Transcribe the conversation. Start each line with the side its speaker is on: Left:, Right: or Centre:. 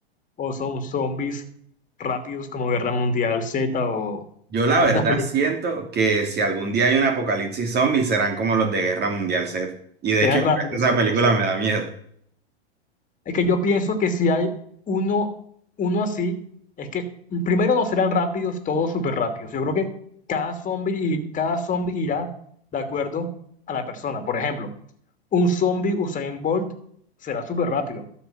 Left: o son zombies rápidos como Guerra Mundial Z o,
Right: Yo la
Left: o
Right: verdad
Left: estas películas?
Right: siento que si algún día hay un apocalipsis zombie serán como los de Guerra Mundial Z. Y de
Left: Serán
Right: hecho, <laughs> por
Left: rápidos,
Right: eso esa
Left: ¿cierto?
Right: película
Left: Sí.
Right: me da miedo.
Left: Es que yo pienso que si hay uno, uno así, es que primero no serán rápidos, todos súper rápidos. Yo creo que cada zombie, cada zombie irá de acuerdo a la persona. Por ejemplo, un zombie Usain Bolt será súper rápido,